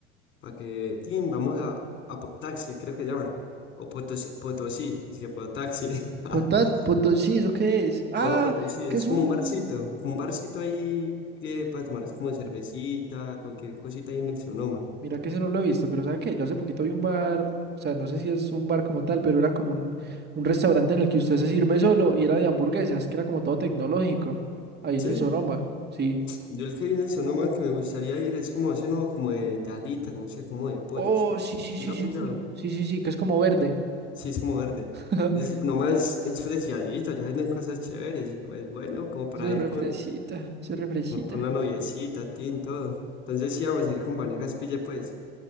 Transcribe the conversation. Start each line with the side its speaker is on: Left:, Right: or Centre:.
Left: para que, tin, vamos a, a Potaxi, creo que llama. O Potosí, Potosí, es que Potaxi. <laughs>
Right: Potat, poto, sí, ¿eso qué es? Ah,
Left: Llama Potosí,
Right: que
Left: es
Right: es
Left: como
Right: un...
Left: un barcito, como un barcito ahí que para tomar es como cervecita, cualquier cosita ahí en el Sonoma.
Right: Mira que ese no lo he visto, pero ¿sabe qué? Yo hace poquito vi un bar, o sea, no sé si es un bar como tal, pero era como un, un restaurante en el que usted se sirve solo y era de hamburguesas, que era como todo tecnológico, ahí en
Left: Sí,
Right: el Soroma, sí.
Left: yo el que vi en el Sonoma que me gustaría ir es como ese nuevo, como de, de alitas, no sé, como de pollos.
Right: Oh, sí, sí,
Left: Sí,
Right: sí,
Left: lo
Right: sí,
Left: pillaba.
Right: sí, sí, sí, sí, que es como verde.
Left: Sí, es como verde.
Right: <laughs>
Left: Es, nomás es, es fresiadito, ya venden cosas chéveres, pues bueno, como para
Right: Eso es
Left: ir
Right: refresita,
Left: con
Right: eso es refresita.
Left: una noviecita, tin, todo. Entonces sí vamos a ir con Vanegas Pille, pues.